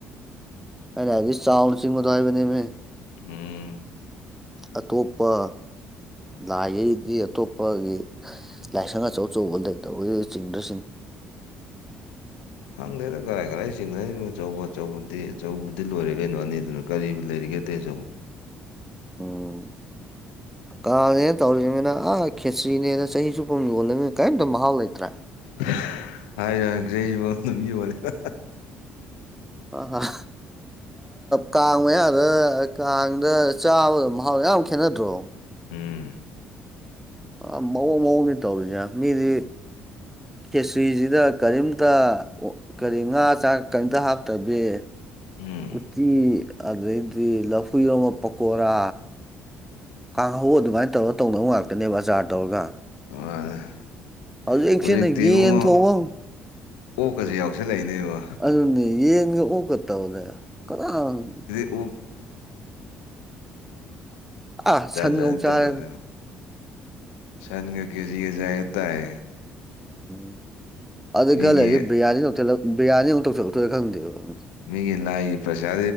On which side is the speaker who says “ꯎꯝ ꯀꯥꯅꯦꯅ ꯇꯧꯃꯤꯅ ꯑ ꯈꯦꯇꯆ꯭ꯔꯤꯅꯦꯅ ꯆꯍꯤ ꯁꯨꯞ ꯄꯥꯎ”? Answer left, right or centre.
Centre